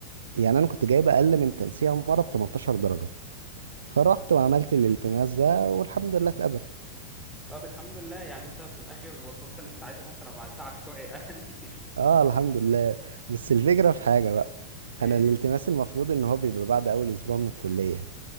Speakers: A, on the right (about 65°); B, in the centre.
A: يعني انا كنت جايب اقل من تنسيق عمارة ب 18 درجة فرحت وعملت الالتماس ده والحمد لله اتقبل
B: طب الحمد لله يعني انت في الاخر وصلت اللي انت عايزه حتى لو بعد تعب شوية يعني <laughs>
A: اه الحمد لله بس الفكرة في حاجة بقى
B: ايه
A: انا الالتماس المفروض ان هو بيبقى بعد اول اسبوع من الكلية